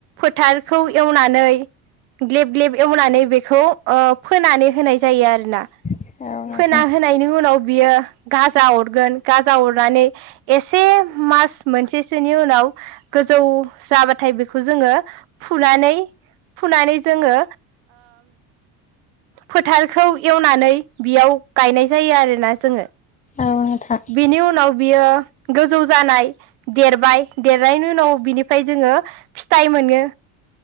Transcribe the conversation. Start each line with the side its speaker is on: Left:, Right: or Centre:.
Right: फोथारखौ एवनानै ग्लेब ग्लेब एवनानै बेखौ फोनानै होनाय जायो आरोना
Left: औ नोंथां
Right: फोना होनायनि उनाव बियो गाजा अरगोन गाजा अरनानै एसे मास मोनसेसोनि उनाव गोजौ जाबाथाय बेखौ जोङो फुनानै फुनानै जोङो फोथारखौ एवनानै बेयाव गायनाय जायो आरोना जोङो
Left: औ नोंथां
Right: बिनि उनाव बियो गोजौ जानाय देरबाय देरनायनि उनाव बिनिफ्राय जोङो फिथाइ मोनो